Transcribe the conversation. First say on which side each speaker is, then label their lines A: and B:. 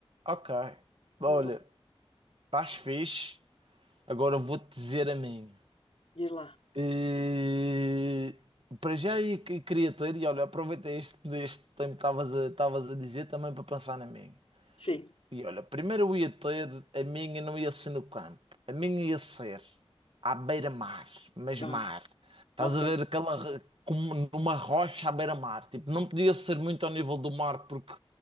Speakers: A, on the right; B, on the left.
A: Ok. Olha,
B: Junto ao-
A: estás fixe. Agora eu vou-te dizer a minha.
B: Diz lá.
A: E... Para já eu que- queria ter, e olha, aproveitei este, este tempo que estavas a, estavas a dizer também para pensar na minha.
B: Sim.
A: E olha, primeiro eu ia ter, a minha não ia ser no campo, a minha ia ser à beira-mar, mas
B: Ah,
A: mar. Estás
B: ok.
A: a ver aquela, ro- como numa rocha à beira-mar. Tipo, não podia ser muito ao nível do mar, porque